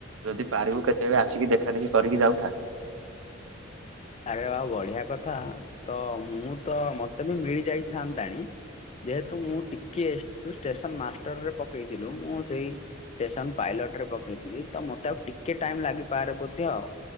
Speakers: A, on the right (about 85°); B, on the left (about 35°).
A: ଯଦି ପାରିବୁ କେତେବେଳେ ଆସିକି ଦେଖା ଦେଖି କରିକି ଯାଉଥା।
B: ଆରେ ବାଃ ବଢିଆ କଥା ତ ମୁଁ ତ ମତେ ବି ମିଳିଯାଇ ଥାନ୍ତାଣି। ଯେହେତୁ ମୁଁ ଟିକେ ଷ୍ଟେସନ ମାଷ୍ଟରରେ ପକେଇଥିଲୁ ମୁଁ ସେଇ ଷ୍ଟେସନ ପାଇଲଟରେ ପକେଇଥିଲି ତ ମତେ ଆଉ ଟିକେ ଟାଇମ ଲାଗିପାରେ ବୋଧେ ଆଉ